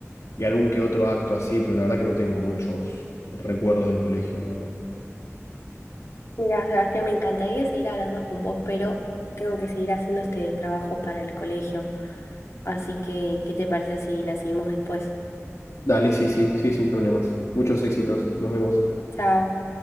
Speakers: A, on the left; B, on the left.
A: y algún que otro acto así, pero la verdad que no tengo muchos recuerdos del colegio, la verdad.
B: Mira, Sebastián, me encantaría seguir hablando con vos, pero tengo que seguir haciendo este trabajo para el colegio. Así que, ¿qué te parece si la seguimos después?
A: Dale, sí, sí, sí, sin problemas. Muchos éxitos. Nos vemos.
B: Chao.